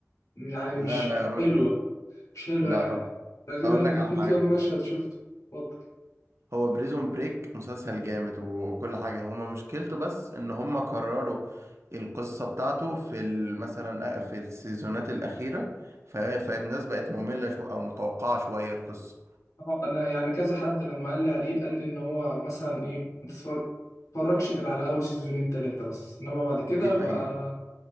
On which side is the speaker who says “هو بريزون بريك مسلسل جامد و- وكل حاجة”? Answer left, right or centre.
Right